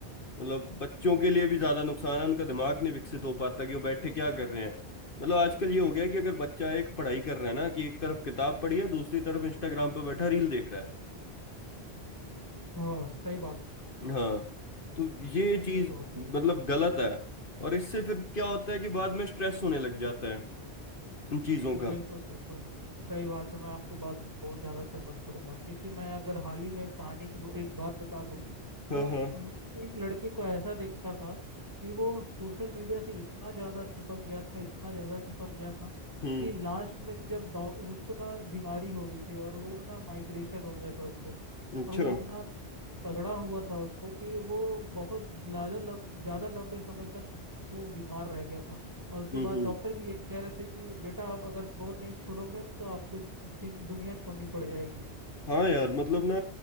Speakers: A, on the left; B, on the right.
A: मतलब बच्चों के लिए भी ज्यादा नुकसान है उनका दिमाग नहीं विकसित हो पाता कि वो बैठे क्या कर रहे हैं मतलब आजकल ये हो गया है कि अगर बच्चा एक पढ़ाई कर रहा है ना कि एक तरफ किताब पढ़ी है दूसरी तरफ इंस्टाग्राम पे बैठा रील देख रहा है
B: हाँ सही बात है
A: हाँ तो ये
B: ऐसे
A: चीज
B: तो होता
A: मतलब
B: ही है
A: गलत है और इससे फिर क्या होता है कि बाद में स्ट्रेस होने लग जाता है उन चीजों का
B: बिल्कुल बिल्कुल सही बात है मैं आपके बात से बहुत ज़्यादा सहमत करूंगा क्योंकि मैं अगर हाल ही में कहानी की वो एक बात बता दूं
A: हाँ
B: तो
A: हाँ
B: मैंने एक लड़के को ऐसा देखा था कि वो सोशल मीडिया से इतना ज़्यादा चिपक गया था इतना ज़्यादा चिपक गया था
A: हम्म
B: कि लास्ट में जब डॉ- उसको ना बीमारी हो गई थी और वो ना माइग्रेशन हो गया था उसको
A: अच्छा
B: और वो
A: हम्म
B: इतना तगड़ा हुआ था उसको कि वो बहुत ज्यादा लम, ज्यादा लंबे समय तक वो बीमार रह गया था और उसके
A: हम्म
B: बाद डॉक्टर भी यही कह रहे थे कि बेटा आप अगर फोन नहीं छोड़ोगे तो आपको जिन दुनिया छोड़नी पड़ जाएगी
A: हाँ यार मतलब ना